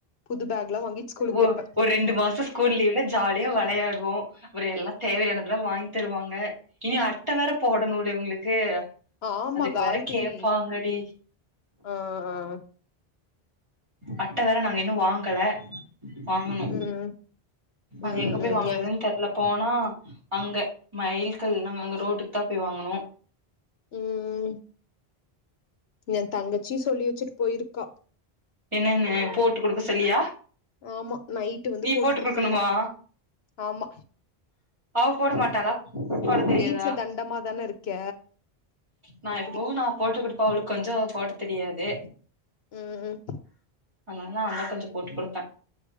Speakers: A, on the left (about 80°); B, on the right (about 30°).
A: புது பேக் எல்லாம் வாங்கி ஸ்கூலுக்கு
B: ஒ
A: போயிருப்பேன்
B: ஒரு ரெண்டு மாசோ ஸ்கூல் லீவ்ல ஜாலியா வெளையாடுவோம் அப்புறம் எல்லாம் தேவையானதெல்லா வாங்கி தருவாங்க இனும் அட்டை வேற போடணுள்ள இவங்களுக்கு
A: ஆ ஆமா
B: அதுக்கு
A: காயத்தரி
B: வேற கேப்பாங்கடி
A: ஆஹ்ஹ்
B: அட்ட வேற நாங்க இன்னு வாங்கல வாங்கணு
A: ம்
B: அது
A: ம்
B: எங்க போய்
A: ம்
B: வாங்குறதுன்னு
A: எ
B: தெர்ல போனா அங்க மயில்கல் நாங்க அங்க ரோடுக்கு தான் போய் வாங்கனு
A: உம் ம் என் தங்கச்சி சொல்லி வச்சிட்டு போயிருக்கா
B: என்னன்ன போட்டு குடுக்க சொல்லியா
A: ஆமா நைட்டு வந்து
B: நீ போட்டு குடுக்கணுமா
A: குடுக்கறதா ஆமா
B: அவ போட மாட்டாளா போட தெரியாதா
A: வீட்ல தண்டமா தான இருக்க
B: நா
A: அப்டி
B: எப்போ நா போட்டு கொடுப்ப அவ கொஞ்சோ போட தெரியாது
A: உம் உம்
B: அதனால நாந்த கொஞ்சோ போட்டு கொடுத்த